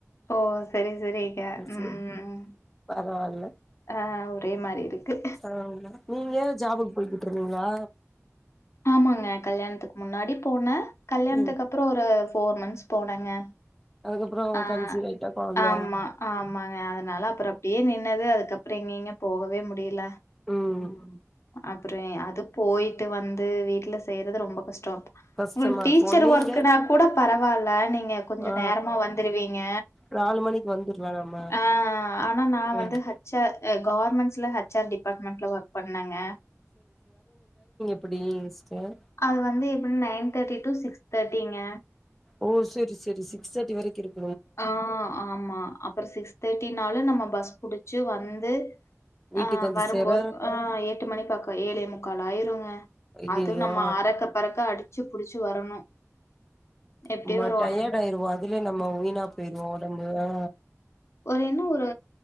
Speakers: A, on the left (about 55°); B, in the centre.
A: ஓ சேரி சேரிங்க ம்
B: செரி
A: ம் ம்
B: பரவால்ல
A: ஆ ஒரே மாரி இருக்கு
B: <unintelligible> நீங்க ஜாபுக்கு போய்கிட்டு இருந்தீங்களா
A: ஆமாங்க கல்யாணத்துக்கு முன்னாடி போனே கல்யாணத்துக்கு
B: ம்
A: அப்புறோ ஒரு ஃபோர் மந்த்ஸ் போனங்க
B: அதுக்கப்புறோ
A: ஆ
B: கன்சீவ் ஆயிட்டா கொழந்த
A: ஆமா ஆம் ஆமாங்க அதனால அப்புறோ அப்டியே நின்னது அதுக்கப்புறோ எங்கேங்க போகவே முடியல
B: ம்
A: அ அப்புறோ அது போயிட்டு வந்து வீட்டுல செய்றது ரொம்ப கஷ்டோ
B: கஷ்டமா
A: ஒங்களுக்கு டீச்சர்
B: இருக்கு நீங்க
A: ஒர்க்குனா கூட பரவால்ல நீங்க கொஞ்சோ
B: ஆ
A: நேரமா வந் த்துருவீங்க
B: நாலு மணிக்கு வந்துர்லா நம்ம
A: ஆ ஆனா நா
B: ம்
A: வந்து ஹ ச்ஆர் அ கவர்மெண்ட்ஸ்ல ஹச்ஆர் டிபார்ட்மெண்ல ஒர்க் பண்ணேங்க
B: அப்படிங் சிஸ்டர்
A: அது வந்து எபன் நைன் தேர்ட்டி டு சிக்ஸ் தேர்ட்டிங்க
B: ஓ சேரி சேரி சிக்ஸ் தேர்ட்டி வரைக்கு இருக்
A: ஆ ஆமா அப்புற சிக்ஸ் தேர்ட்டினாலு நம்ம பஸ் புடிச்சு வந்து
B: வீட்டுக்கு
A: ஆ
B: வந்து
A: வரும்போது
B: சேர
A: ஆ எட்டு மணி பக்கோ ஏழே முக்கால் ஆயிருங்க
B: ஐயையோ
A: அது நம்ம அறக்க பறக்க அடிச்சு புடிச்சு வரணு எப்டியு
B: நம்ம
A: ஒரு
B: டயர்ட்
A: ஒன்
B: ஆயிருவோ அதிலே நம்ம வீணா போயிருவோ ஒடம்பு ஆ
A: ஒரு என்ன ஒரு